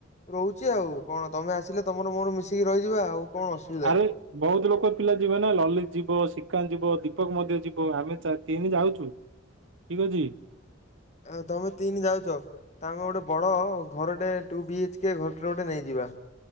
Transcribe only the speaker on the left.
ରୋହୁଛି ଆଉ କଣ ତମେ ଆସିଲେ ତମର ମୋରୋ ମିଶିକି ରହିଯିବା ଆଉ। କଣ
ଅସୁବିଧା।
ଆଉ ତମେ ତିନି ଯାଉଚ। ତା ଆମେ ଗୋଟେ ବଡ଼ ଘରଟେ ଟୁ ବି ଏଚ୍କେ ଘର <unintelligible> ଗୋଟେ ନେଇଯିବା।